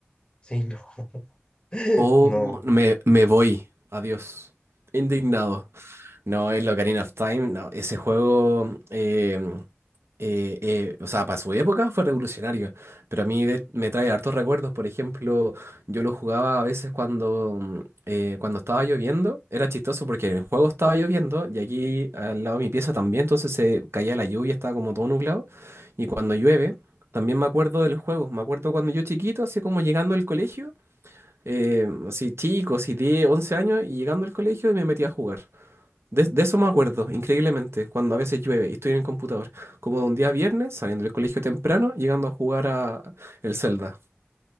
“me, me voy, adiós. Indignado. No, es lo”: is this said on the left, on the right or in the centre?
Right